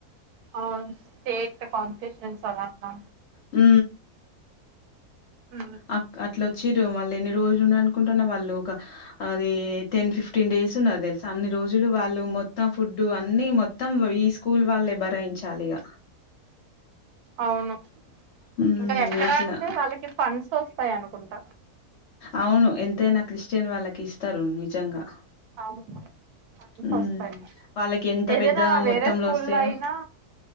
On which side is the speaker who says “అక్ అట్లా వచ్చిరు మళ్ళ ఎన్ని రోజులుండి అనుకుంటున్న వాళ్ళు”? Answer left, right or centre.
Left